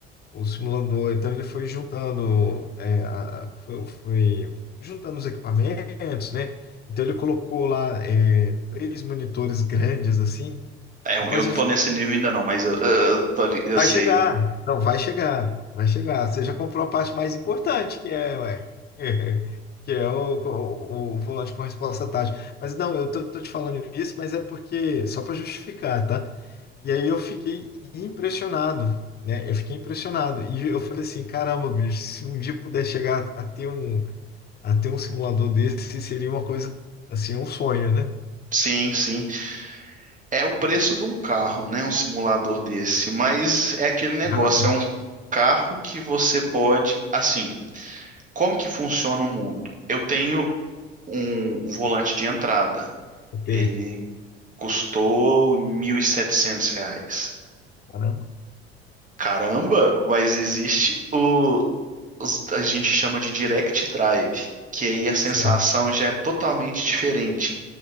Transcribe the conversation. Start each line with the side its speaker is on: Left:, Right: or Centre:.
Left: o simulador, então ele foi juntando, é, a- foi, foi juntando os equipamentos, né, então ele colocou lá é, três monitores grandes, assim,
Right: É, eu
Left: rapaz,
Right: eu não
Left: eu,
Right: tô
Left: fi-
Right: nesse nível ainda não, mas eu, eu, tô ali- eu
Left: vai
Right: sei.
Left: chegar, não, vai chegar, vai chegar, você já comprou a parte mais importante, que é, ué, <laughs> que é o, o, o volante com resposta tática, mas não, eu tô, tô te falando isso, mas é porque, só para justificar, tá? E aí eu fiquei impressionado, né? Eu fiquei impressionado. E eu falei assim, caramba, bicho, se um dia puder chegar a ter um, a ter um simulador desse, seria uma coisa, assim, um sonho, né?
Right: Sim, sim. É o preço de um carro, né? Um simulador desse. Mas é aquele negócio,
Left: Bravo.
Right: é um carro que você pode. Assim, como que funciona o mundo? Eu tenho um, um volante de entrada.
Left: Ok,
Right: Ele custou 1.700 reais.
Left: caramba.
Right: Caramba, mas existe o. os- a gente chama de direct drive, que aí a sensação
Left: Certo.
Right: já é totalmente diferente.